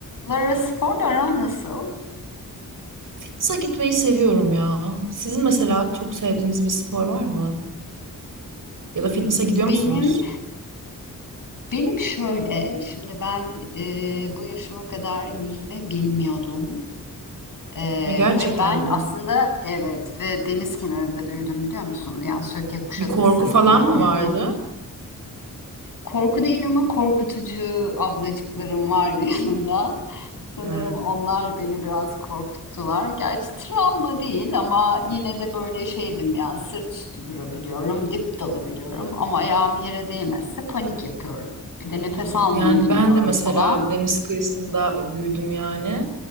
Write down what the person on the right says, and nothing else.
Fitness'a gitmeyi seviyorum ya. Sizin mesela çok sevdiğiniz bir spor var mı? Ya da fitness'a gidiyor
musunuz?
Ha, gerçekten
mi?
Bir korku
falan mı
vardı?
Ha.
Evet
yani
ben de mesela
deniz kıyısında büyüdüm yani.